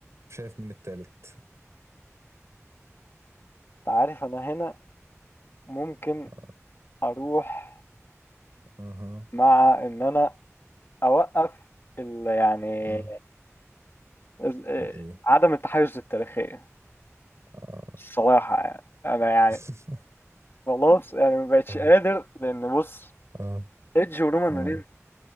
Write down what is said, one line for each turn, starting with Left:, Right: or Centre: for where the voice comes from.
Right: شايف مين التالت
Left: انت عارف انا هنا ممكن
Right: آه،
Left: اروح
Right: اها
Left: مع ان انا اوقف ال- يعني
Right: اه اه
Left: ال-
Right: الايه
Left: عدم التحيز التاريخية
Right: اه
Left: الصراحة يعني أنا يعني
Right: <laughs>
Left: خلاص يعني ما بقتش
Right: اه
Left: قادر لأن بص
Right: اه
Left: إيدج ورومان
Right: اه
Left: رينز